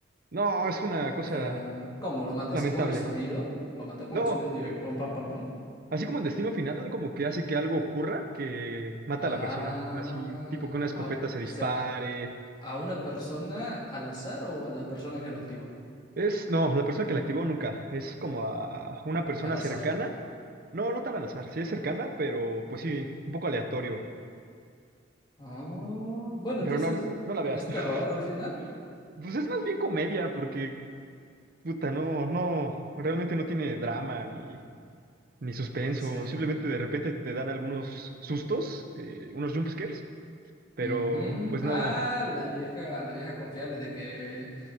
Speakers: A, on the right; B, on the left.
A: No, es una cosa
B: o sea, ¿cómo? ¿Lo mata
A: lamentable.
B: así con el sonido? ¿Lo mata con
A: No,
B: el sonido? Diré, pam, pam, pam, pam.
A: así como en Destino Final, como que hace que algo ocurra que mata
B: Ah,
A: a la persona. Así, tipo que una escopeta
B: au-
A: se dispare.
B: o sea, ¿a una persona al azar o a la persona que lo activa?
A: Es, no, la persona que la activó nunca. Es como a una persona
B: Al azar.
A: cercana. No, no tan al azar. Sí es cercana, pero pues sí, un poco aleatorio.
B: Ah, bueno,
A: Pero
B: entonces,
A: no, no la veas.
B: ¿es
A: <laughs>
B: terror al final?
A: Pues es más bien comedia, porque, puta, no, no, realmente no tiene drama ni, ni suspenso.
B: ¿En serio?
A: Simplemente de repente te dan algunos sustos, eh, unos jump scares Pero,
B: Ujú.
A: pues
B: Ah,
A: no.
B: la vieja, la vieja confiable de que